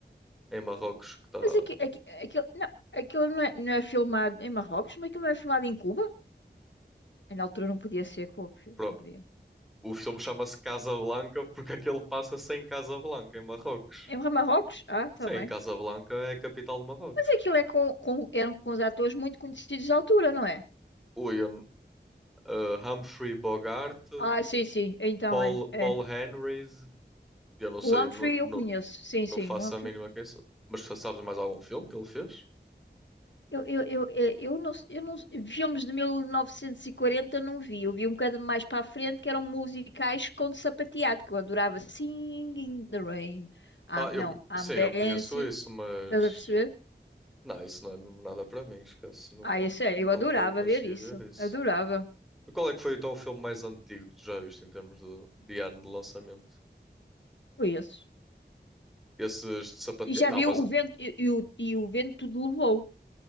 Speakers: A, in the centre; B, on the left.
A: em Marrocos, que está.
B: Mas aqui, aqui, aquilo, não, aquilo não é, não é filmado em Marrocos, mas aquilo não é filmado em Cuba? Na altura não podia ser, com eu-
A: pro-
B: não podia.
A: O filme chama-se Casablanca porque aquilo passa-se em Casablanca, em Marrocos.
B: Em Marrocos? Ah, está
A: Sim,
B: bem.
A: Casablanca é a capital de Marrocos.
B: Mas aquilo é com, com, eram com os atores muito conhecidos da altura, não é?
A: Ui, eh, Humphrey Bogart,
B: Ah, sim, sim. Então
A: Paul,
B: é, é.
A: Paul Henrys, eu não sei,
B: O Humphrey
A: não, não,
B: eu conheço. Sim,
A: não
B: sim.
A: faço
B: O Humphrey.
A: a mínima quem sou. Mas tu sabes mais algum filme que ele fez?
B: Eu, eu, eu, eu, eu não, eu não, filmes de 1940 não vi. Eu vi um bocado mais para a frente que eram musicais com sapateado, que eu adorava. Singing in the Rain. Ah,
A: Ah,
B: não,
A: eu, co-
B: I'm
A: sim,
B: Dancing.
A: eu conheço isso, mas
B: Estás a perceber?
A: não, isso não é mesmo nada para mim, esquece, não,
B: Ah, isso é.
A: nunca
B: Eu adorava
A: consegui
B: ver isso.
A: ver isso.
B: Adorava.
A: Qual é que foi então o filme mais antigo que tu já viste em termos de, de ano de lançamento?
B: Foi isso.
A: Esses de sapateado.
B: E já
A: Não,
B: vi
A: mas
B: o vento e, e o, e o vento tudo levou.